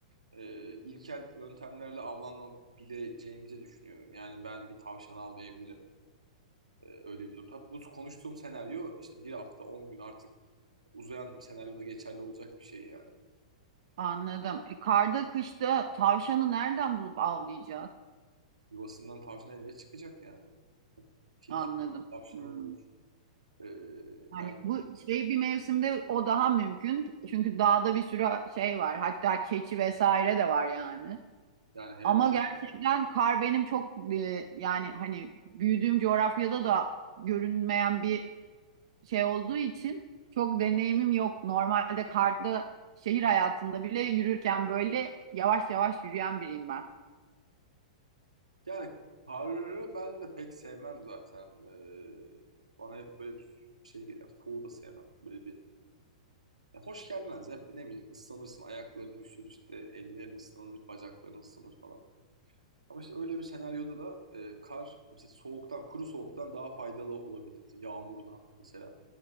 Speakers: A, on the right; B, on the right.
A: e, ilkel yöntemlerle avlanabileceğimizi düşünüyorum. Yani ben bir tavşan almayabilirim. E, öyle bir durumda. Bu konuştuğum senaryo işte bir hafta on gün artık uzayan bir senaryoda geçerli olacak bir şey yani.
B: Anladım. E, karda, kışta tavşanı nereden bulup avlayacağız?
A: Yuvasından tavşan elbet çıkacak yani. Tilki
B: Anladım.
A: tavşan
B: Hmm.
A: olur. E,
B: Yani
A: yani
B: bu şey bir mevsimde o daha mümkün. Çünkü dağda bir sürü şey var. Hatta keçi vesaire de var yani.
A: yani hayvan
B: Ama gerçekten kar benim çok e, yani hani büyüdüğüm coğrafyada da görünmeyen bir şey olduğu için çok deneyimim yok. Normalde karda şehir hayatında bile yürürken böyle yavaş yavaş yürüyen biriyim ben.
A: Yani harırı ben de pek sevmem zaten. Ee, bana hep böyle bir şey geliyor. Yani Soğuğu da sevmem. Böyle bir ya hoş gelmez. Hep ne bileyim ıslanırsın. Ayakların üşür işte. Ellerin ıslanır. Bacakların ıslanır falan. Ama işte öyle bir senaryoda da e, kar mesela soğuktan, kuru soğuktan daha faydalı olabilir. Mesela yağmurdan mesela.